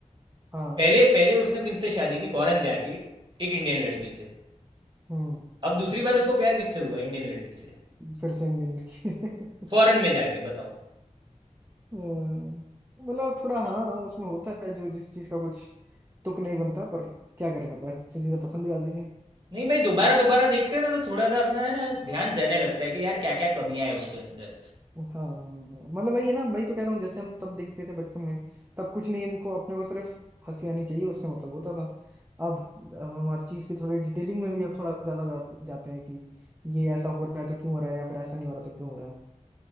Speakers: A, on the right (about 20°); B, on the right (about 40°).
A: हाँ
B: पहले पहले उसने किनसे शादी की फॉरेन जाके एक इंडियन लड़की से
A: हम्म
B: अब दूसरी बार उसको प्यार किससे हुआ इंडियन लड़की से
A: फिर से मिल
B: फॉरेन
A: <laughs>
B: में जाके बताओ
A: मतलब थोड़ा हाँ उसमें होता है जो जिस चीज का कुछ तुक नहीं बनता पर क्या करें अब ऐसी चीजें पसंद भी आती
B: नहीं भाई दोबारा दोबारा देखते हैं ना तो थोड़ा सा अपना है ना ध्यान जाने लगता है कि यार क्या क्या कमियां हैं उसके अंदर
A: हाँ मतलब वही है ना वही तो कह रहा हूँ जैसे हम तब देखते थे बचपन में तब कुछ नहीं इनको अपने को सिर्फ हंसी आनी चाहिए उससे मतलब होता था अब अब हम हर चीज की थोड़ी डिटेलिंग में भी अब थोड़ा ज्यादा जा, जाते हैं कि ये ऐसा हो रहा है तो क्यों हो रहा है या फिर ऐसा नहीं हो रहा तो क्यों हो रहा है